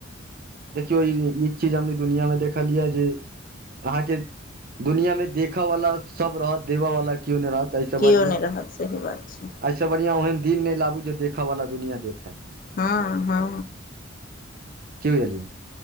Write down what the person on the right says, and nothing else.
देखियौ ई एक चीज हम ई दुनिया मे देखलियै या जे अहाँके दुनिया में देखऽ वाला सब रहत देबऽ वाला केओ नै रहत अइसँ
बढ़ियां
से बढ़ियां ओहन दिन नहि लाबू जे देखऽ वाला दुनिया देखे
कि बुझलियै